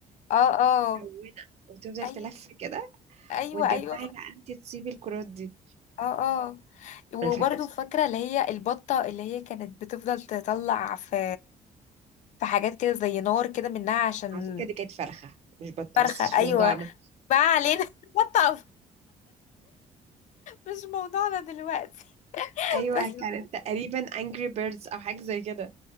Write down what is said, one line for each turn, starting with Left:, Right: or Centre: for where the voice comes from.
Left: اه اه
Right: ملونة وتفضل
Left: أيوة.
Right: تلف كده
Left: ايوه
Right: وتجمعي
Left: ايوه ف-
Right: بقى انتي تصيبي الكرات دي
Left: اه اه وبرضو
Right: انا فاكرة
Left: فاكره اللي هي البطه اللي هي كانت بتفضل تطلع في في حاجات كده زي نار كده منها عشان
Right: على فكرة دي كانت فرخة مش بطة
Left: فرخه
Right: بس مش
Left: ايوه
Right: موضوعنا
Left: ما علينا <laughs> بطه مش موضوعنا دلوقتي
Right: ايوه
Left: بس أيوة.
Right: كانت
Left: <laughs>
Right: تقريبا انجري بيردز او حاجة زي كده